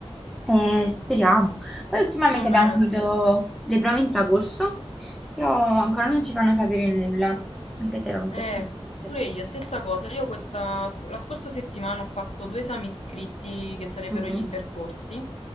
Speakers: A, in the centre; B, on the left (about 80°).
A: Eh, speriamo. Poi ultimamente
B: No, ma
A: abbiamo
B: hai ragione.
A: finito le prove in tracorso, però ancora non ci fanno sapere nulla, anche se erano un
B: Eh,
A: po' complicate.
B: pure io, stessa cosa. Io questa, sc- la scorsa settimana ho fatto due esami scritti che sarebbero
A: Mhm.
B: gli intercorsi